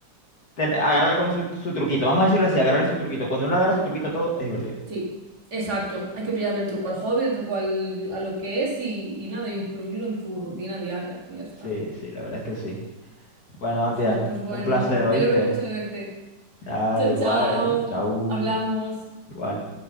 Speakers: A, on the left; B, on the right.
A: ten- agarrarle como su, su truquito. Vamos a decirlo así, agarrarle su truquito. Cuando uno agarra su truquito a todo, es divertido.
B: Sí, exacto. Hay que pillarle el truco al hobby, el truco al, a lo que es y, y nada, incluirlo en tu rutina diaria y ya está.
A: Sí, sí, la verdad es que sí. Bueno, Antia,
B: Jo, pues bueno,
A: un placer, ¿oíste?
B: me alegro mucho de verte.
A: Dale,
B: Chao,
A: igual,
B: chao.
A: chau,
B: Hablamos.
A: igual.